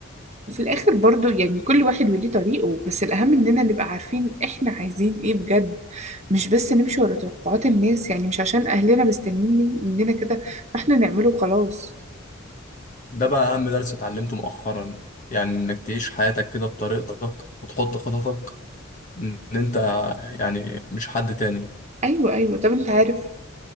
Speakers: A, on the right (about 35°); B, on the left (about 40°).
A: وفي الاخر برضو يعني كل واحد وليه طريقه بس الاهم اننا نبقى عارفين احنا عايزين ايه بجد مش بس نمشي ورا توقعات الناس يعني مش عشان اهلنا مستنيين من- مننا كده فاحنا نعمله وخلاص
B: ده بقى أهم درس اتعلمته مؤخرا يعني إنك تعيش حياتك كده بطريقتك وتحط خططك إن أنت يعني مش حد تاني
A: ايوه ايوه طب انت عارف